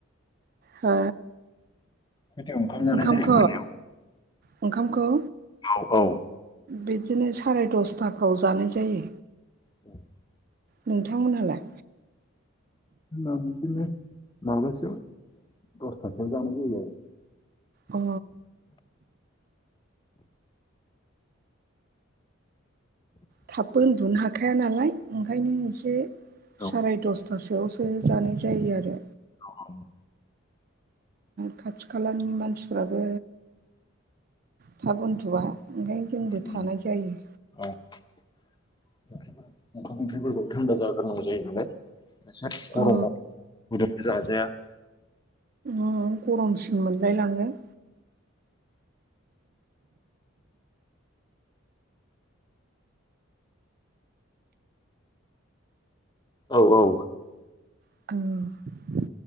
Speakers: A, on the right (about 45°); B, on the left (about 20°).
A: हो
B: खयथायाव ओंखाम जानाय
A: ओंखामख
B: जायो मोनायाव
A: ओंखामखौ
B: औ औ
A: बिदिनो साराय दसथाफ्राव जानाय जायो
B: ओम
A: नोंथांमोनहालाय
B: आं बिदिनो माबासोआव दसथासोआव जानाय जायो आरो
A: अ थाबबो उन्दुनो हाखाया नालाय ओंखायनो एसे
B: आरो औ
A: साराय दसथासोआव ओ जानाय जायो आरो।
B: औ औ
A: खाथि खालानि मानसिफ्राबो थाब उन्दु'आ ओंखायनो जोंबो
B: उम उम
A: थानाय जायो।
B: <inaudible> ओंखाम ओंख्रि फोरखौ जाहो गोरनांगौ नालाय खायसे
A: औ
B: गरमाव गुदुं जाजाया
A: ओम गरमसिन मोनलाय लांगोन।
B: औ औ
A: औ